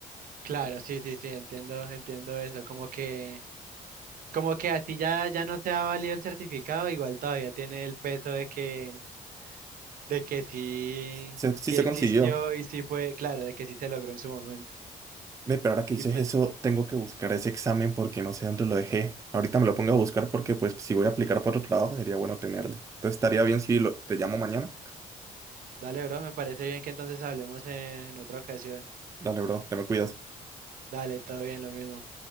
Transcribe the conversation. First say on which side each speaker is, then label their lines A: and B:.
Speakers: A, on the right; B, on the right.
A: Claro, sí, sí, sí, entiendo, entiendo eso, como que, como que así ya, ya no se ha valido el certificado, igual todavía tiene el peso de que, de que sí,
B: Se- sí
A: sí
B: se
A: existió
B: consiguió.
A: y sí fue, claro, de que sí se logró en su momento.
B: Ve, pero ahora que dices
A: Y pues,
B: eso, tengo que buscar ese examen porque no sé dónde lo dejé. Ahorita me lo pongo a buscar porque, pues, si voy a aplicar por otro trabajo, sería bueno tenerlo. Entonces, estaría bien si lo, te llamo mañana.
A: dale, bro, me parece bien que entonces hablemos en en otra ocasión.
B: Dale, bro, te me cuidas.
A: Dale, todo bien, lo mismo.